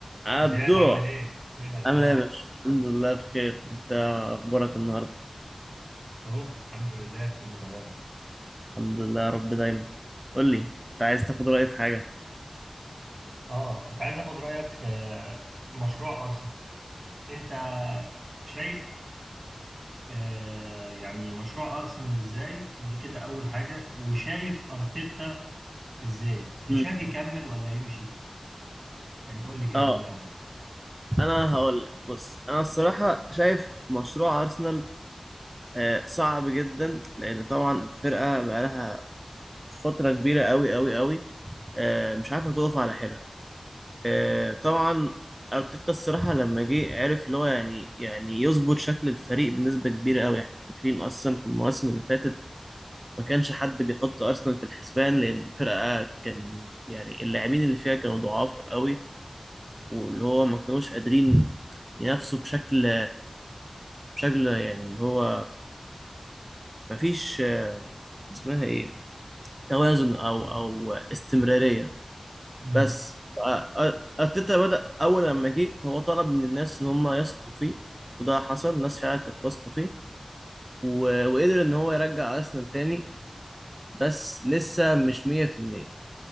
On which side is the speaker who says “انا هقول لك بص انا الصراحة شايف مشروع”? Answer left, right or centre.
Right